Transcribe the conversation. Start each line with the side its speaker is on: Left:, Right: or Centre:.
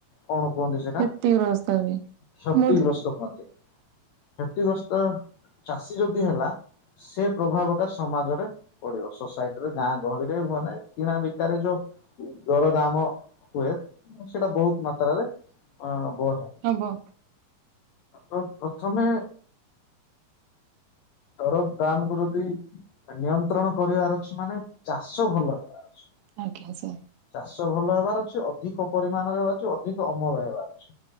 Left: କଣ କୁହନ୍ତି ସେଟା
Right: କ୍ଷତିଗ୍ରସ୍ତ ହୁଏ
Left: କ୍ଷତିଗ୍ରସ୍ତ
Right: ମୁଁ
Left: ହୁଅନ୍ତି। କ୍ଷତିଗ୍ରସ୍ତ ଚାଷୀ ଯଦି ହେଲା ସେ ପ୍ରଭାବ ଟା ସମାଜରେ ପଡିବ। ସୋସାଇଟିରେ ଗାଁ ଗହଳିରେ ମନେ କିଣା ବିକାରେ ଯୋଉଁ ଦରଦାମ ହୁଏ, ସେଇଟା ବହୁତ ମାତ୍ରାରେ ଅ ବଢେ
Right: ହେବ।
Left: ତ ପ୍ରଥମେ ଦର ଦାମ କୁ ଯଦି ନିୟନ୍ତ୍ରଣ କରିବାର ଅଛି, ମାନେ ଚାଷ ଭଲ ହେବାର ଅଛି।
Right: ଆଜ୍ଞା ସାର୍।
Left: ଚାଷ ଭଲ ହେବାର ଅଛି। ଅଧିକ ପରିମାଣରେ ହେବାର ଅଛି। ଅଧିକ ଅମଳ ହେବାର ଅଛି।